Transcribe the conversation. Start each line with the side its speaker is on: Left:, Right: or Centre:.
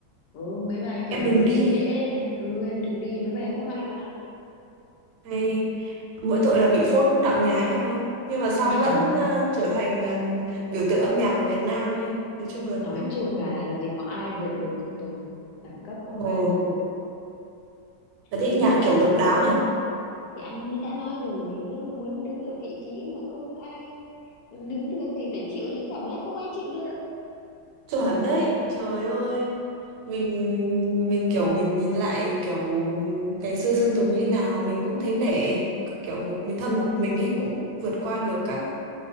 Left: ừ mấy bài ấy kiểu
Right: em
Left: đừng
Right: đừng
Left: về
Right: đi
Left: trễ này ừ em đừng đi mấy bài ấy cũng hay mà
Right: này mỗi tội là bị phốt đạo nhái rồi nhưng mà sau
Left: <laughs>
Right: vẫn ờ, trở thành ờ, biểu tượng âm nhạc của Việt Nam ấy nói chung là
Left: nói
Right: cũng
Left: chung là làm gì có ai vượt được Sơn Tùng đẳng cấp không
Right: ồ
Left: ai vượt được
Right: là thích
Left: thì
Right: nhạc
Left: anh đã
Right: kiểu độc đáo nhỉ
Left: thì anh ấy đã nói rồi nếu mà muốn đứng ở vị trí mà không ai đứng được thì phải chịu những cảm giác không ai chịu được
Right: chuẩn đấy trời ơi mình mình kiểu mình nhìn lại kiểu ngày xưa Sơn Tùng như nào mình cũng thấy nể kiểu một mình thân một mình ấy cũng vượt qua được các